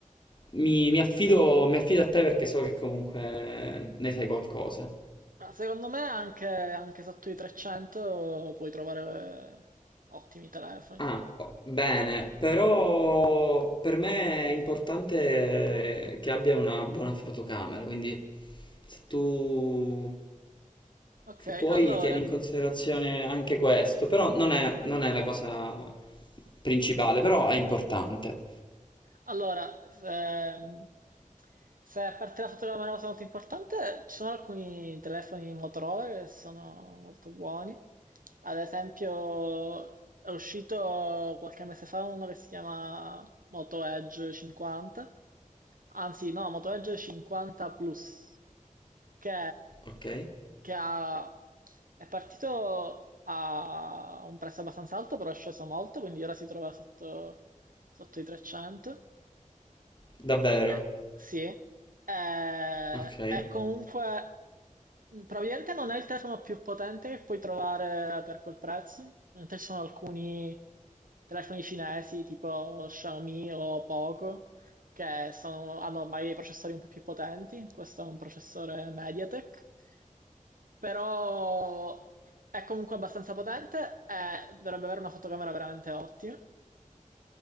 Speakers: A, on the left; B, on the right.
A: mi, mi affido, mi affido a te perché so che comunque ne sai qualcosa.
B: Ma secondo me anche, anche sotto i 300 puoi trovare eh, ottimi telefoni.
A: Ah, oh, bene, però per me è importante che abbia una buona fotocamera, quindi se tu
B: Ok,
A: Se poi
B: allora,
A: tieni in considerazione anche questo, però non è, non è la cosa principale, però è importante.
B: Allora, ehm, se a parte la fotogramma è una cosa molto importante, ci sono alcuni telefoni Motorola che sono molto buoni. Ad esempio, è uscito qualche mese fa uno che si chiama Moto Edge 50, anzi no, Moto Edge 50 Plus, che,
A: Ok?
B: che ha- è partito a un prezzo abbastanza alto, però è sceso molto, quindi ora si trova sotto, sotto i 300.
A: Davvero.
B: Eh, sì, eh, è
A: Ok.
B: comunque mh, probabilmente non è il telefono più potente che puoi trovare per quel prezzo. Mentre ci sono alcuni telefoni cinesi tipo Xiaomi o Poco che sono- hanno ormai dei processori un po' più potenti. Questo è un processore MediaTek, però è comunque abbastanza potente e dovrebbe avere una fotocamera veramente ottima.